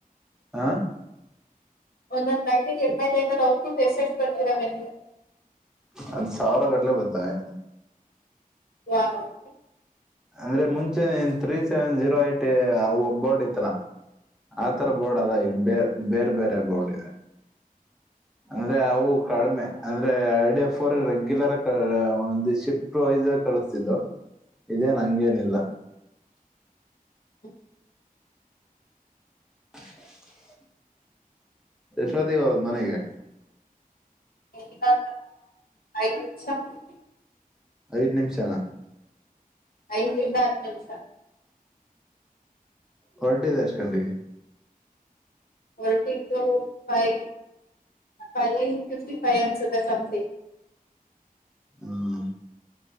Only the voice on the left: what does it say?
ಒಂದೊಂದ್ ಲೈನಿಗೆ ಎಮ್ ಲ್ ನ ನಾ್ ಕೂಟ್ಟು ಎಸ ಎಸ್ ಬರ್ತಿರಾವಗೆ
ವಾವ್
<inaudible>
ಇ ಆಯ <unintelligible>
ಐದು ರಿಂದ ಹತ್ತು ನಿಮಿಷ
ಹೊರಟಿದ್ದು ಫೈ ಅ ಫೈ ಫಿಫ್ಟಿ ಫೈವ ಅನುಸ್ತೆ ಸಂಥಿಂಗ್